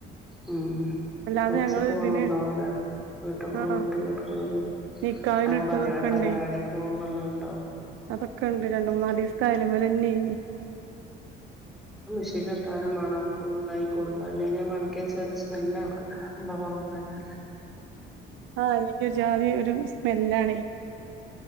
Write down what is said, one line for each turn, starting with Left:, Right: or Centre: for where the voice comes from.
Centre: ഉം
Right: അല്ലാതെ
Centre: മദ്രസ
Right: ഞങ്ങള്
Centre: പോണുണ്ടാവുലേ
Right: ഇതിന്
Centre: <unintelligible>
Right: ആഹ്
Centre: അങ്ങട്ടും <unintelligible>
Right: നിക്കാഹിനിട്ടതൊക്കെ
Centre: ആഹ് പരിവ പരിവാടിക്ക്
Right: ഇണ്ടേ
Centre: പോവുമ്പൊള്ള ണ്ടാവും
Right: അതൊക്കെ ണ്ട് രണ്ട് മൂന്നാലീസത്തെ അയലുമ്മേലന്നേന്ന്
Centre: മെഷീന് ഇട്ടാലും മണം ഒന്നതായി കൊള്ളൂ അല്ലെ ഞാൻ മടക്കി വെച്ച് വെല്ലേ വല്ല എല്ല കൊണം കഞ്ഞാല്
Right: ആ എനിക്ക് ഒരു ജാതി ഒരു സ്മെല്ലാണേ